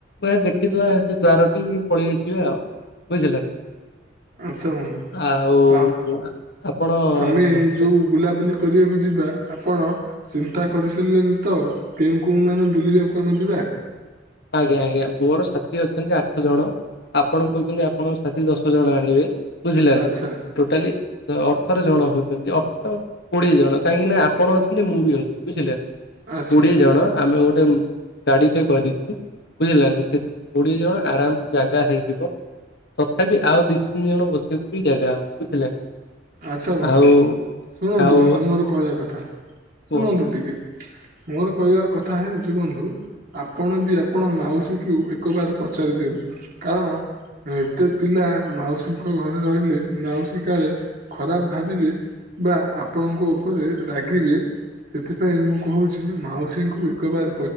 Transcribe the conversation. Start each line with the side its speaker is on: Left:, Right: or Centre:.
Left: ଯାଇ ଦେଖିଦବା ସେ ଦ୍ବାରଟି ପଳେଇ ଆସିବା ଆଉ ବୁଝିଲେ ନା।
Right: ଆଚ୍ଛା ବନ୍ଧୁ
Left: ଆଉ
Right: ଆ
Left: ଆପଣ
Right: ଆମେ
Left: ସେ
Right: ଯୋଉ ବୁଲାବୁଲି କରିବାକୁ ଯିବା ଆପଣ ଚିନ୍ତା କରିସାରିଲେନି ତ କେଉଁ କୋଉଁମାନେ ବୁଲିବାକୁ ଆମେ ଯିବା?
Left: ଆଜ୍ଞା ଆଜ୍ଞା ମୋର ସାଥି ଅଛନ୍ତି ଆଠ ଜଣ ଆପଣ କହୁଛନ୍ତି ଆପଣଙ୍କ ସାଥି ଦଶ ଜଣ ଆଣିବେ। ବୁଝିଲେ
Right: ଆଚ୍ଛା
Left: ନା ଟୋଟାଲି ଦ ଅଠର ଜଣ ହଉ ସେମିତି ଅଠର କୋଡିଏ ଜଣ କାହିଁକି ନା ଆପଣ ଅଛନ୍ତି ମୁଁ ବି ଅଛି ବୁଝିଲେ ନା।
Right: ଆଚ୍ଛା
Left: କୋଡିଏ ଜଣ ଆମେ ଗୋଟେ ଉମ୍ ଗାଡିଟେ କରିକି ବୁଝିଲେ ନା ନା ସେଥିରେ କୋଡିଏ ଜଣ ଆରାମ ସେ ଜାଗା ହେଇଯିବ। ତଥାପି ଆଉ ଦି ତିନି ଜଣ ବସିବାକୁ ବି ଜାଗା ହବ, ବୁଝିଲେ ନା।
Right: ଆଚ୍ଛା ବନ୍ଧୁ।
Left: ଆଉ
Right: ଶୁଣନ୍ତୁ
Left: ଆଉ
Right: ବନ୍ଧୁ ମୋର କହିବା କଥା,
Left: କୁହନ୍ତୁ
Right: ଶୁଣନ୍ତୁ ଟିକେ। ମୋର କହିବାର କଥା ହେଉଛି ବନ୍ଧୁ ଆପଣ ବି ଆପଣଙ୍କ ମାଉସୀକୁ ଏକ ବାର ପଚାରି ଦିଅନ୍ତୁ କାରଣ ଏତେ ପିଲା ମାଉସୀଙ୍କ ଘରେ ରହିଲେ ମାଉସୀ କାଳେ ଖରାପ ଭାବିବେ ବା ଆପଣଙ୍କ ଉପରେ ରାଗିବେ ସେଥିପାଇଁ ମୁଁ କହୁଛି ମାଉସୀଙ୍କୁ ଏକ ବାର